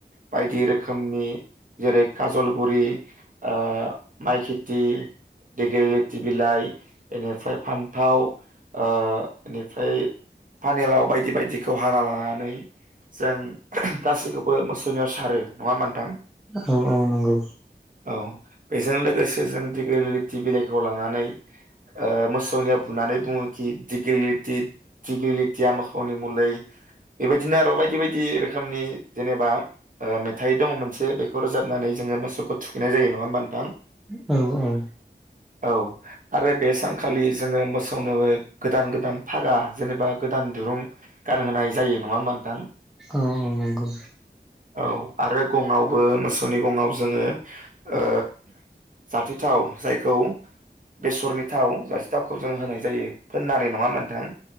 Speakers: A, on the right; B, in the centre.
A: बायदि रोखोम रोखोमनि जेरै काजलगुरि ओ माइ खेथि दिगेल लोथि बिलाइ बेनिफ्राय फान्थाव ओ बेनिफ्राय पानेलाव बायदि बायदिखौ हाना लानानै जों गासैखौबो मोसौनियाव सारो नङा मोनथां
B: औ औ नंगौ
A: औ बेजों लोगोसे जों दिग ललिथि बिलाइखौ लानानै ओ मोसौनिया बुनानै बुङोखि डिगलिलिटि दिगलि तिया मोसौनि मुलै बेबायदिनो आरो' बायदि बायदि रोखोमनि जेनेबाओ फिथाइ दंङ मोनसे बेखौ रोजाबनानै जोंङो मोसौखौ थुखैनाय जायो नंङा होमबा नोंथां
B: औ औ
A: औ आरो बे सानखालि जोंङो मोसौनो गोदान गोदान फागा जेनेबा गोदान दुरुं गानहोनाय जायो नंङा होमबा नोंथां
B: औ औ नंगौ
A: औ आरो गंआवबो मोसौनि गंङआव जोंङो ओ जाथिथाव जायखौ बेसरनि थाव जासे थावखौ जों होनाय जायो फोननानै नंङा होनबा नोंथां